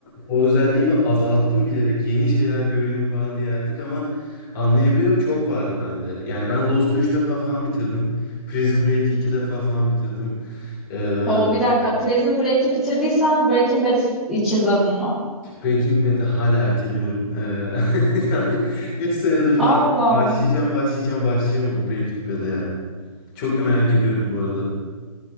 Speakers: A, on the left (about 20°); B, in the centre.
A: o özelliğimi azalttım bilerek yeni şeyler göreyim falan diye artık ama anlayabiliyorum çok vardı bende. Yani ben Lost'u 3 defa falan bitirdim. Prison Break'i 2 defa falan bitirdim. Ee,
B: O bir dakika Prison Break'i bitirdiysen Breaking Bad'i hiç izledin mi?
A: Breaking Bad'i hala erteliyorum. Ee, <laughs> 3 senedir falan
B: Allah
A: başlayacağım,
B: Allah.
A: başlayacağım, başlayamadım Breaking Bad'e ya. Çok da merak ediyorum bu arada.